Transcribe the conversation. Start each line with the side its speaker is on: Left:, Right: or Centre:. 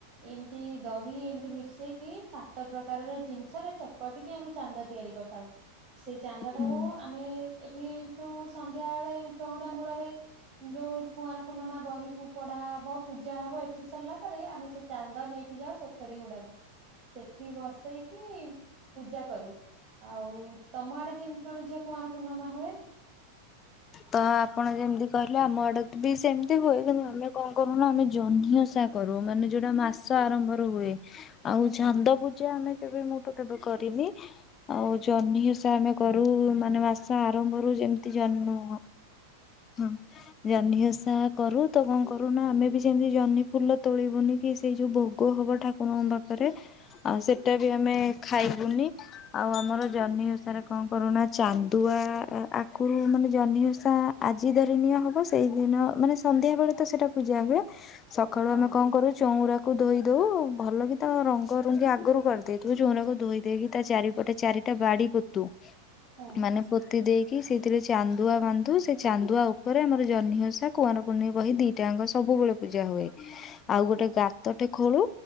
Right: ଏମିତି ଦହି ଏମିତି ମିଶେଇକି ସାତ ପ୍ରକାରର ଜିନିଷର ଚକଟିକି ଆମେ ଚାନ୍ଦ ତିଆରି କରିଥାଉ। ସେ ଚାନ୍ଦ ଟାକୁ
Left: ହୁଁ
Right: ଆମେ ଏଠି ଯୋଉ ସନ୍ଧ୍ୟା ବେଳେ ଚଉରା ମୂଳରେ ଯୋଉ କୁଆଁର ପୂର୍ଣ୍ଣିମା ବହିକୁ ପଢା ହବ ପୂଜା ହବ ଏଠି ସରିଲା ପରେ ଆମେ ସେ ଚାନ୍ଦ ନେଇକି ଯାଉ ପୋ ପୋଖରୀ ହୁଡାକୁ ସେଠି ଭସେଇକି ପୂଜା କରୁ ଆଉ ତମ ଆଡେ କେମତି କଣ ଝିଅ କୁଁଆର ପୁର୍ଣିମା ହୁଏ।
Left: ତ ଆପଣ ଯେମିତି କହିଲେ ଆମ ଆଡକୁ ବି ସେମିତି
Right: ହଁ
Left: ହୁଏ କିନ୍ତୁ ଆମେ କଣ? କଣ କରୁ ନା ଆମେ ଜହ୍ନିଓସା କରୁ ମାନେ ଯୋଉଟା ମାସ ଆରମ୍ଭର ହୁଏ। ଆଉ ଚାନ୍ଦ
Right: ହଁ
Left: ପୂଜା ଆମେ କେବେ ମୁଁ ତ କେବେ କରିନି। ଆଉ ଜହ୍ନି ଓଷା ଆମେ କରୁ ମାନେ ମାସ ଆରମ୍ଭରୁ ଯେମତି ଜହ୍ନି ହଁ। ଜହ୍ନିଓସା କରୁ ତ କଣ କରୁନା ଆମେ ବି ସେମିତି ଜହ୍ନି ଫୁଲ ତୋଳିବୁନି କି ସେଇ ଯୋଉ ଭୋଗ ହବ ଠାକୁର ଠାକୁରଙ୍କ ପାଖରେ ଆଉ ସେଟା ବି ଆମେ ଖାଇବୁନି। ଆଉ ଆମର ଜହ୍ନି ଓସାରେ କଣ କରୁନା ଚାନ୍ଦୁଆ ଆଗରୁ ମାନେ ଜହ୍ନିଓଷା ଆଜି ଯଦି ନିଆ ହବ ସେଇଦିନ ମାନେ ସନ୍ଧ୍ୟା ବେଳେ ତ ସେଇଟା ପୂଜା ହୁଏ। ସକାଳୁ
Right: ହଁ
Left: ଆମେ କଣ କରୁ ଚଉଁରା କୁ କୁ ଧୋଇ ଦଉ ଭଲ କି ତା ରଙ୍ଗ ରୁଙ୍ଗି ଆଗରୁ କରିଦେଇଥିବୁ ଚୋଉରାକୁ ଧୋଇ ଦେଇକି ତା ଚାରିପ ଗୋଟେ ଚାରିଟା ବାଡି ପୋତୁ
Right: ହଁ
Left: ମାନେ ପୋତି ଦେଇକି ସେଇଥିରେ ଚାନ୍ଦୁଆ ବାନ୍ଧୁ ସେ ଚାନ୍ଦୁଆ ଉପରେ ଆମର ଜହ୍ନି ଓସା କୁଆଁରପୂନେଇଁ ବହି ଦିଟା ଯାକ ସବୁବେଳେ ପୂଜା ହୁଏ। ଆଉ ଗୋଟେ ଗାତଟେ ଖୋଳୁ।